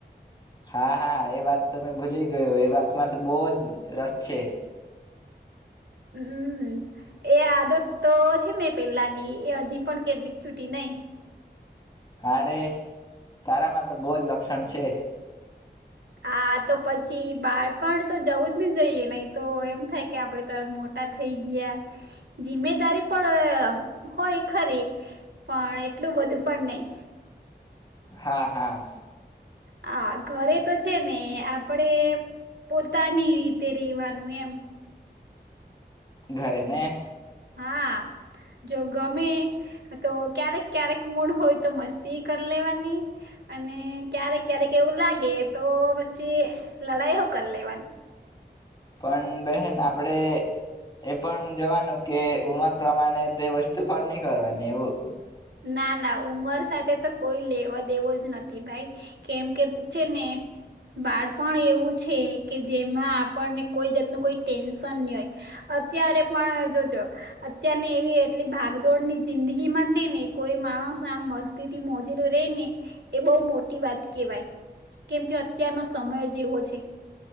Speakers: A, on the left; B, on the right.
A: હા હા એ વાત તો મેં ભૂલી ગયો એ વાતમાં તો બહુજ રસ છે.
B: હમ્મ એ આદત તો છે ને પેલાની એ હજી પણ કેટલીક છુટી નઈ.
A: હારે. તારામાં તો બોહજ લક્ષણ છે.
B: હા તો પછી બાળપણ તો જવું જ નને જઈએ નહી તો એમ થાય કે આપડે તો મોટા થઈ ગયા જિમ્મેદારી પણ અહ હોય ખરી પણ એટલું બધું પણ નઈ.
A: હા હા.
B: હા, ઘરે તો છે ને આપડે પોતાની રીતે રેવાનું એમ.
A: ઘરે ને?
B: હા. જો ગમે તો ક્યારેક ક્યારેક મૂળ હોય તો મસ્તી કર લેવાની અને ક્યારેક ક્યારેક એવું લાગે તો પછી લડાઈઓ કર લેવાન
A: પણ બેહેન આપડે એ પણ જોવાનું કે ઉમર પ્રમાણે તે વસ્તુ પણ નહી કરવાની એવું.
B: ના ના ઉમર સાથે તો કોઈ લેવા દેવો જ નથી ભાઈ. કેમ કે છે ને બાળપણ એવું છે કે જેમાં આપણને કોઈ જાતનું કોઈ ટેન્શન નહી હોય. અત્યારે પણ જોજો અત્યારને એવી એટલી ભાગદોડની જિંદગીમાં છે ને કોઈ માણસ આમ મસ્તી થી મોજેલો રે ને એ બહુ મોટી વાત કેહેવાય. કેમ કે અત્યારનો સમય જેવો છે